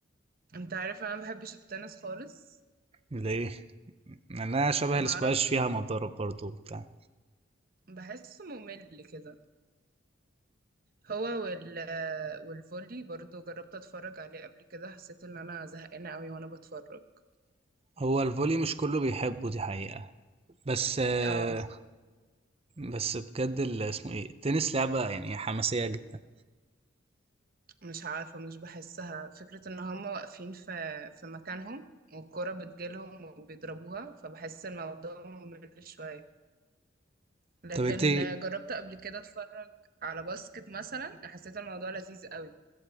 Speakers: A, on the right (about 50°); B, on the right (about 30°).
A: انت عارف انا ما بحبش التنس خالص
B: ليه؟ لأنها شبه
A: ما
B: الاسكواش
A: اعرف
B: فيها مضارب برضو وبتاع
A: بحسه ممل كده هو وال والفولي برضو جربت اتفرج عليه قبل كده حسيت ان انا زهقانه قوي وانا بتفرج
B: هو الفولي مش كله بيحبه دي حقيقة بس آه،
A: اه
B: بس بجد ال- اسمه ايه التنس لعبة يعني حماسية جدا
A: مش عارفه مش بحسها فكره ان هم واقفين في في مكانهم والكره بتجيلهم وبيضربوها فبحس الموضوع ممل شويه لكن
B: طب انت
A: جربت قبل كده اتفرج على باسكت مثلا حسيت الموضوع لذيذ قوي